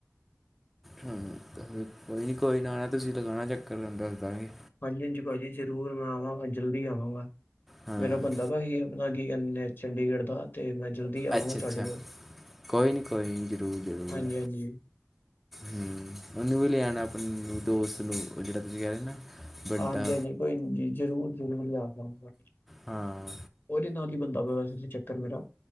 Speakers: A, in the centre; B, on the left (about 50°).
A: ਹਾਂ, ਕੋਈ ਨੀ ਕੋਈ ਨਾ ਆਨਾ ਤੁਸੀ ਲਗਾਨਾ ਚੱਕਰ ਤਾਨੂ ਦੱਸ ਦਾਂਗੇ।
B: ਹਾਂਜੀ ਹਾਂਜੀ ਭਾਜੀ। ਜਰੂਰ ਮੈਂ ਆਵਾਂਗਾ ਜਲਦੀ ਆਵਾਂਗਾ,
A: ਹਾਂ
B: ਮੇਰਾ ਬਨਦਾ ਪੇਆ ਸੀ ਅਪਨਾ ਕੀ ਕੇਂਦੇ ਨੇ ਚੰਡੀਗੜ੍ਹ ਦਾ। ਤੇ ਮੈਂ ਜਲਦੀ ਆਵਾਂਗਾ
A: ਅੱਛ ਅੱਛਾ,
B: ਤੁਹਾਡੇ ਕੋਲ।
A: ਕੋਈ ਨੀ ਕੋਈ ਨੀ ਜਰੂਰ-ਜਰੂਰ।
B: ਹਾਂਜੀ-ਹਾਂਜੀ।
A: ਹੂੰ। ਓਨੂੰ ਵੀ ਲੇਆਣਾ, ਅਪਣੇ ਦੋਸਤ ਨੂੰ ਓ ਜੇੜਾ ਤੁਸੀ ਕੈਰੇ ਨਾ ਬੰਟਾ
B: ਹਾਂਜੀ ਹਾਂਜੀ। ਕੋਈ ਨੀ ਜੀ ਜਰੂਰ ਜਰੂਰ ਲੈ ਕੇ ਆਂਗਾ।
A: ਹਾਂ
B: ਓਦੇ ਨਾਲ ਈ ਬਨਦਾ ਪਵਾ ਵੈਸੇ ਤੇ ਚੱਕਰ ਮੇਰਾ।